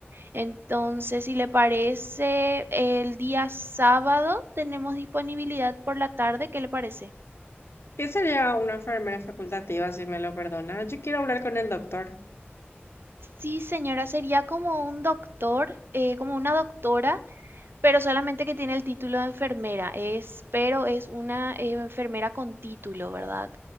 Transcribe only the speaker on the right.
Entonces, si le parece, el día sábado tenemos disponibilidad por la tarde. ¿Qué le parece?
Sí, señora, sería como un doctor, eh, como una doctora. Pero solamente que tiene el título de enfermera, es, pero es una eh, enfermera con título, ¿verdad?